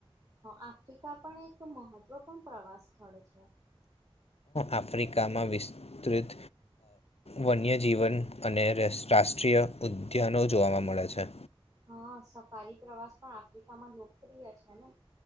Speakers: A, on the right; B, on the left.
A: આફ્રિકા પણ એક મહત્વપૂર્ણ પ્રવાસ સ્થળ છે.
B: આફ્રિકામાં વિસ્તૃત, વન્યજીવન અને રાષ્ટ્રીય ઉદ્યાનો જોવા મળે છે.
A: હા સફારી પ્રવાસ પણ આફ્રિકામાં લોકપ્રિય છે ને.